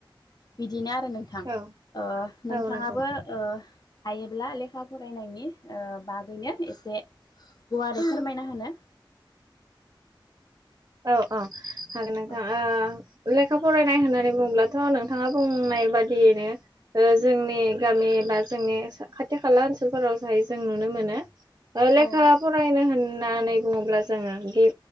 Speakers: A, on the left (about 50°); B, on the right (about 40°).
A: बिदिनो आरो नोंथां
B: औ
A: उह नोंथाङाबो
B: औ नंगौ
A: हायोब्ला लेखा फरायनायनि बागैनो ए एसे गुवारै फोरमायना होनो
B: औ औ हागोन नोंथां
A: औ
B: उह लेखा फरायनाय होननानै बुङोब्लाथ' नोंथाङा बुंनाय बादियैनो जोंनि गामि बा जोंनि खाथि खाला ओनसोलफोराव जाहाय जों नुनो मोनो लेखा
A: औ
B: फरायनो होननानै बुङोब्ला जोङो